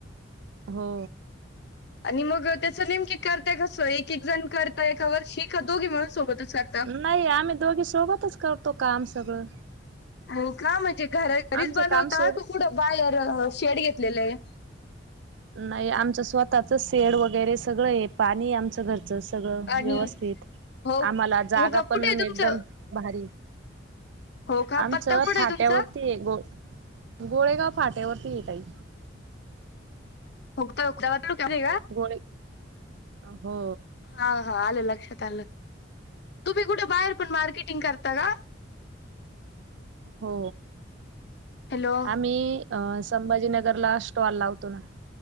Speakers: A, on the right; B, on the left.
A: हो.
B: आणि मग त्याचं नेमके, करताय कसं? एक एक जण करताय एका वर्षी? का दोघी मिळून सोबतच कर
A: नाही. आम्ही दोघी, सोबतच करतो काम सगळं.
B: हो का? म्हणजे घर घरीच
A: आमचं
B: बनवता
A: काम सोड
B: का? कुठं बाहेर शेड घेतलेलं आहे?
A: नाही, आमचं स्वतःचं शेड वगैरे सगळं आहे. पाणी आमचं घरचं अस सगळं
B: आणि
A: व्यवस्थित,
B: हो
A: आम्हाला जागा
B: हो का
A: पण
B: कुठे आहे
A: एकदम
B: तुमचं?
A: भारी
B: हो का
A: आमचं
B: पत्ता कुठे
A: फाट्यावरती
B: आहे तुमचा?
A: एक गो, गोळेगाव फाट्यावरती एक आहे.
B: <unintelligible>
A: गोळे, हो.
B: हा हा, आलं लक्षात आलं. तुम्ही कुठे बाहेर पण, मार्केटिंग करता का?
A: हो!
B: हॅलो
A: आम्ही अ संभाजीनगरला, स्टॉल लावतो ना!